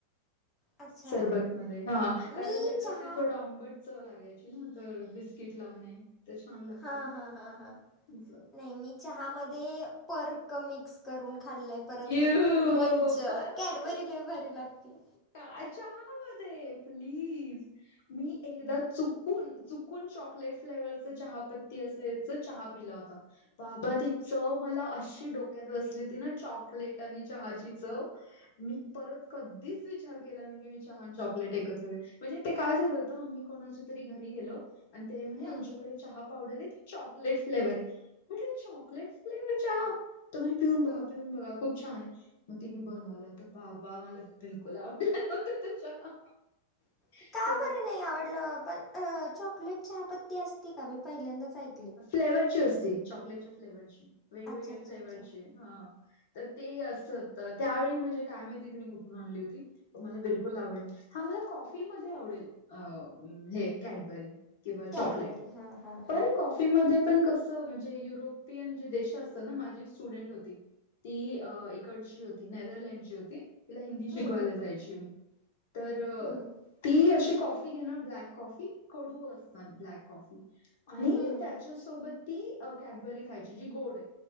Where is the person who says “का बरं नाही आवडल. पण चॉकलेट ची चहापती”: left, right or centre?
Left